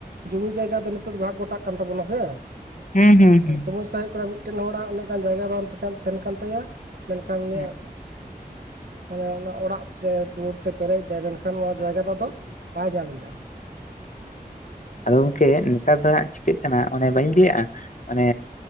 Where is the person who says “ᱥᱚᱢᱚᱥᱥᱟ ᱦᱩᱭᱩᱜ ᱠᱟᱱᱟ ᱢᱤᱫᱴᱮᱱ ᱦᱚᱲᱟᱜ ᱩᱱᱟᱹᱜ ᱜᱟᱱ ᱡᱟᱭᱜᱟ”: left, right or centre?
Right